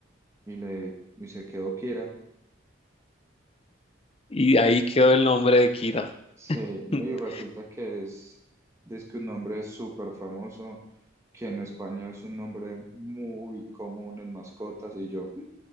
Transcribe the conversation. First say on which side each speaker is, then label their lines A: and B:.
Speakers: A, on the right (about 15°); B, on the left (about 30°).
A: y le y se quedó Kira.
B: Y ahí quedó el nombre de Kira.
A: Sí, no,
B: <laughs>
A: y resulta que es, es que un nombre súper famoso, que en España es un nombre muy común en mascotas, y yo "Mm,